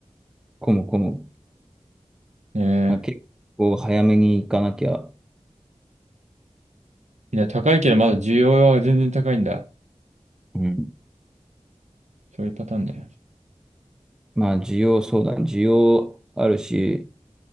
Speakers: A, in the centre; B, on the right.
A: 混む混む。
B: ねえ。
A: あ、結構早めに行かなきゃ。
B: いや、高いけど、まだ需要は全然高いんだ。
A: うん。
B: そういうパターンね。
A: まあ、需要、そうだ、需要あるし、